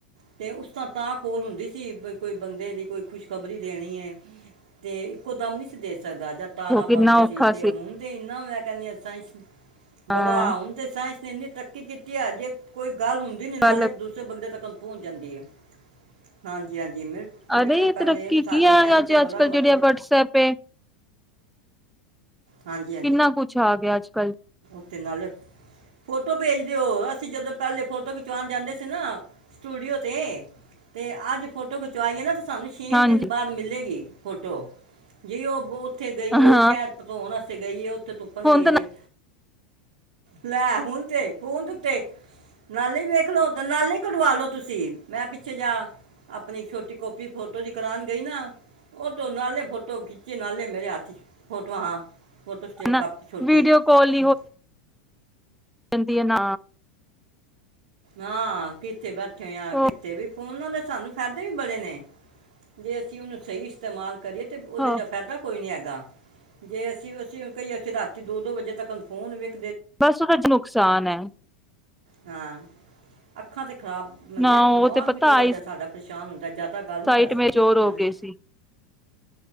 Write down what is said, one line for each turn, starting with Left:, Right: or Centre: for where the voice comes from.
Right: ਅਤੇ ਉਸ ਤ ਤਾਂਾਹ ਕੋਲ ਹੁੰਦੀ ਸੀ ਕੋਈ ਬੰਦੇ ਦੀ ਕੋਈ ਖੁਸ਼ਖਬਰੀ ਦੇਣੀ ਹੈ ਤੇ ਇੱਕੋ ਦਮ ਨਹੀਂ ਸੀ ਦੇ ਸਕ ਸਕਦਾ ਜਾਂ ਤਾਰਾਂ
Centre: ਉਹ
Right: ਪਾਉਂਦੇ
Centre: ਕਿੰਨਾ ਔਖਾ
Right: ਸੀ ਤੇ ਹੁਣ ਤੇ ਇਨਾ ਕਹਿੰਦੀ ਤਾਂ ਹੀ ਬੜਾ
Centre: ਹਾਂ
Right: ਹੁ ਇਸਨ ਇੰਨੀ ਤਰੱਕੀ ਕੀਤੀ ਹੈਜੇ ਕੋਈ ਗੱਲ ਹੁੰਦੀ ਨੀ ਨਾਲੇ
Centre: ਗੱਲ
Right: ਦੂਸਰੇ ਬੰਦੇ ਤੱਕ ਪਹੁੰਚ ਜਾਂਦੀ ਹੈ ਹਾਂਜੀ ਹਾਂਜੀ ਮਿੰਟ ਮਿੰਟ
Centre: ਅ
Right: ਤੋਂ ਪਹਿਲੇ
Centre: ਤਰੱਕੀ
Right: ਸਾਡੇ
Centre: ਕੀ ਆ
Right: ਟਾਈਮ
Centre: ਅੱਜ
Right: ਤੇ
Centre: ਅੱਜ
Right: ਬੜਾ
Centre: ਕਲ
Right: ਮਤਲਬ
Centre: ਜਿਹੜੇ ਆ ਵਟਸਐਪ
Right: ਹਾਂਜੀ
Centre: ਕਿੰਨਾ ਕੁੱਛ ਆ ਗਿਆ ਅੱਜ ਕੱਲ
Right: ਅਤੇ ਨਾਲੇ ਫੋਟੋ ਭੇਜ ਦਿਓ ਅਸੀਂ ਜਦੋਂ ਪਹਿਲੇ ਫੋਟੋ ਖਿਚਵਾਣ ਜਾਂਦੇ ਸੀ ਨਾ ਸਟੂਡੀਓ ਤੇ ਤੇ ਅੱਜ ਫੋਟੋ ਖਿਚਵਾਈਏ ਨਾ ਸਾਨੂੰ ਛੇ
Centre: ਹਾਂਜੀ
Right: ਦਿਨ ਬਾਅਦ ਮਿਲੇਗੀ। ਫੋਟੋ ਜੀ ਉਹ ਬਹੁਤ ਉੱਥੇ ਗਈ ਉਹ
Centre: ਹਾਂ
Right: ਸ਼ਹਿਰ ਹੋਣਾ ਸੀ ਗਈ ਉਹ ਉੱਥੇ ਤੁੁੱਪਣ
Centre: ਹੁਣ
Right: ਗਈ
Centre: ਤਾਂ
Right: ਏ। ਲੈ ਹੁਣ ਤੇ ਫੂਨ ਦੇ ਉੱਤੇ ਨਾਲੇ ਵੇਖਲੋ, ਤਾਂ ਨਾਲੇ ਕਢਵਾ ਲੋ ਤੁਸੀਂ ਮੈਂ ਪਿੱਛੇ ਜਾ ਆਪਣੀ ਛੋਟੀ ਕਾਪੀ ਫੋਟੋ ਦੀ ਕਰਾਣ ਗਈ ਨਾ ਉਹ ਤੋਂ ਨਾਲੇ ਫੋਟੋ ਖਿੱਚੇ ਨਾਲੇ ਮੇਰੇ ਹੱਥ ਫੋ ਵਾਹ! ਫੋਟੋ ਸਟੇਟ
Centre: ਨਾ
Right: ਕਾਪੀ ਛੋਟੀ
Centre: ਵੀਡੀਓ ਕਾਲ
Right: ਹੂੰ।
Centre: ਕੀ ਐ ਨਾ
Right: ਹਾਂ ਕਿ ਕਿੱਥੇ ਬੈਠੇ ਆ ਕਿੱਤੇ
Centre: ਉਹ
Right: ਵੀ ਫੋਨਾਂ ਦੇ ਸਾਨੂੰ ਫਾਇਦੇ ਵੀ ਬੜੇ ਨੇ। ਜੇ ਅਸੀਂ ਉਹਨੂੰ ਸਹੀ ਇਸਤੇਮਾਲ ਕਰੀਏ ਤੇ ਉਹਦੇ
Centre: ਹਾਂ
Right: ਜੇਹਾ ਫਾਇਦਾ ਕੋਈ ਨੀ ਹੈਗਾ ਜੇ ਅਸੀਂ ਅਸੀਂ ਕਹੀਏ ਅਸੀਂ ਰਾਤੀ ਦੋ- ਦੋ ਵਜੇ ਤੱਕ ਫੋਨ ਵੇਖ
Centre: ਬਸ ਉਹਦੇ ਚ ਨੁਕਸਾਨ ਹੈ।
Right: ਹਾਂ। ਅੱਖਾਂ ਤੇ ਖਰਾਬ ਬਣਦੇ
Centre: ਨਾ
Right: ਆ ਤੇ ਦਿਮਾਗ
Centre: ਉਹ ਪਤਾ
Right: ਵੀ ਥੋੜ੍ਹਾ
Centre: ਆਈ
Right: ਜਿਹਾ ਸਾਡਾ ਕੁਛ <unintelligible> ਹੁੰਦਾ ਜਾਂ ਤਾ
Centre: ਸਾਈਟ
Right: ਗੱਲ ਨਹੀਂ ਕਰ ਸਕਦੇ,
Centre: ਮੇ ਚੋਰ ਹੋ
Right: ਹੂੰ।
Centre: ਗਏ ਸੀ